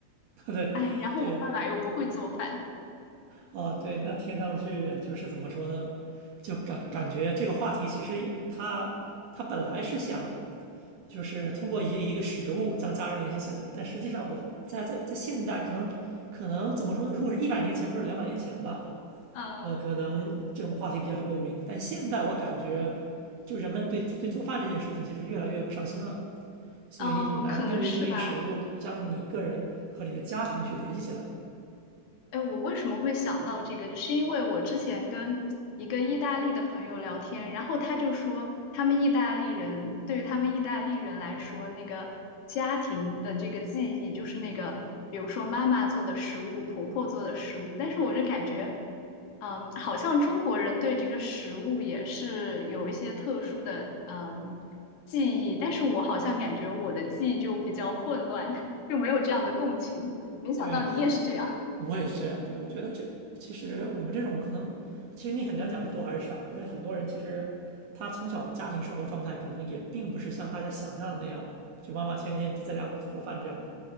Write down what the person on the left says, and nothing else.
哎，然后我爸爸又不会做饭，
嗯、
呃、
嗯、我可能是吧。哎，我为什么会想到这个？是因为我之前跟一个意大利的朋友聊天，然后他就说，他们意大利人对于他们意大利人来说，那个家庭的这个记忆就是那个，比如说妈妈做的食物，婆婆做的食物。但是我就感觉，嗯，好像中国人对这个食物也是有一些特殊的嗯记忆，但是我好像感觉我的记忆就比较混乱，<laughs> 就没有这样的共情。没想到你也是这样。